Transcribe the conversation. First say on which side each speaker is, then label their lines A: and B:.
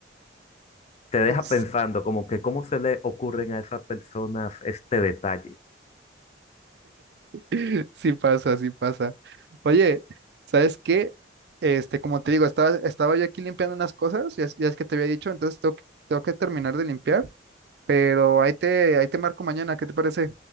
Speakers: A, on the left; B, on the right.
A: te deja
B: <laughs>
A: pensando, como que cómo se le ocurren a esas personas este detalle.
B: Sí sí pasa, sí pasa. Oye, ¿sabes qué? Este, como te digo, estaba, estaba yo aquí limpiando unas cosas, ya, es ya es que te había dicho, entonces tengo que- tengo que terminar de limpiar. Pero ahí te, ahí te marco mañana, ¿qué te parece?